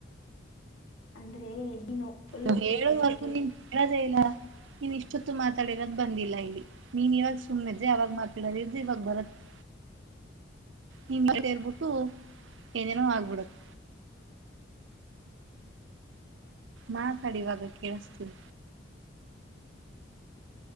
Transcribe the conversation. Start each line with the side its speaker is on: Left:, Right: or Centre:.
Left: ಅಂದ್ರೆ ನೀನು ಫುಲ್
Right: ನೀ
Left: ಇರ್ತೈತೆ
Right: ಹೇಳೋವರ್ಗು
Left: ನಿಂಗೆ
Right: ನೀನ್ ಹೇಳೋದೇ ಇಲ್ಲ ನೀನ್ ಇಷ್ಟೊತ್ತು ಮಾತಾಡಿರೋದು ಬಂದಿಲ್ಲ ಇಲ್ಲಿ ನೀನ್ ಇವಾಗ ಸುಮ್ಮ್ ಇದ್ರೆ ಅವಾವಾಗ ಮಾತಾಡದಿದೆ ಇವಾಗ ಬರತ್ತೆ ನಿನ್ ಸೇರ್ಬಿಟ್ಟು ಏನೇನೋ ಆಗ್ಬಿಡತ್ತ ಮಾತಾಡಿ ಇವಾಗ ಕೇಳಿಸ್ತಾಐತೆ